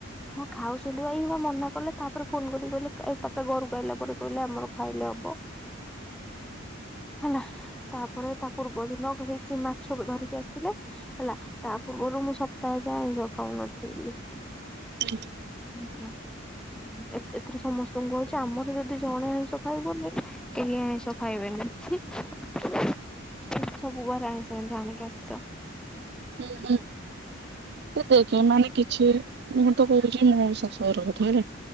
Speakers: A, in the centre; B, on the right.
A: ହଁ ଖାଉଛନ୍ତି ବା ଇଏ ବା ମନା କଲେ ତାପରେ ଫୋନ କରିକି କହିଲେ ଏ ତାପରେ ଘରୁକୁ ଆଇଲା ପରେ କହିଲେ ଆମର ଖାଇଲେ ହବ।
B: ହ
A: ହେଲା। ତାପରେ ତା ପୂର୍ବ ଦିନ କ ହେଇଚି ମାଛ ବ ଧରିକି ଆସିଥିଲେ ହେଲା ତା ପୂ ଗୁରୁ ମୁଁ ସପ୍ତାହେ ଯାଏଁ ଆଇଁଷ ଖାଉନଥିଲି।
B: ହୁଁ।
A: ଉଁ ହଁ ଉଁ ଏ-ଏଥିରେ ସମସ୍ତଙ୍କୁ ହଉଚି ଆମର ଯଦି ଜଣେ ଆଇଁଷ ଖାଇବନି କେହି ଆଇଁଷ ଖାଇବେନି। ହୁଁ ସବୁ ଘରେ ଆଇଁଷ ଏମତି ଆଣିକି ଆସିଚ।
B: ହୁଁ ହୁଁ। ଏ ଦେଖେ ମାନେ କିଛି ମୁଁ ତ କହୁଚି ମୋ ଶାଶୁ ଘର କଥା ହେଲା।